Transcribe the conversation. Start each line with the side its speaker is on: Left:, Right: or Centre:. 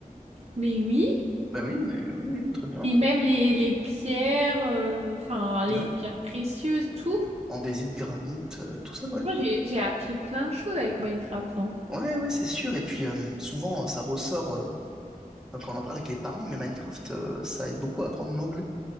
Right: Mais oui,
Centre: Bah oui, mais oui, oui, très bien.
Right: et même les, les pierres, euh, enfin les
Centre: Ouais.
Right: pierres précieuses, tout.
Centre: Andésite, granit, euh, tout ça, ouais.
Right: Moi, j'ai j'ai appris plein de choses avec Minecraft, non?
Centre: Ouais, ouais, c'est sûr. Et puis euh, souvent, euh, ça ressort euh, quand on en parle avec les parents, mais Minecraft, euh, ça aide beaucoup à apprendre l'anglais.